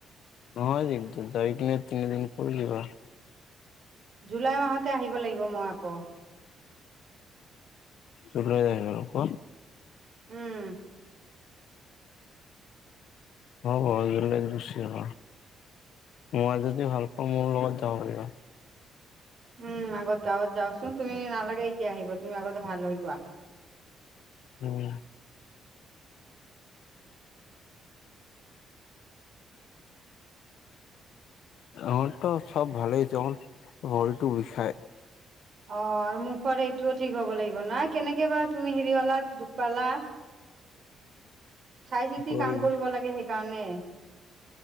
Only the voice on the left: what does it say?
নহয় দিগদাৰ যায় কিনে তিনিদিন কৰি দিবা।
জুলাইত আহিবা আকৌ।
<unintelligible> গুচি যাব, মই যদি ভাল পাওঁ, মোৰ লগত যাব পাৰিবা।
উম। আমাৰতো চব ভালেই আছে, অকন ভৰিটো বিষাই।
ভৰি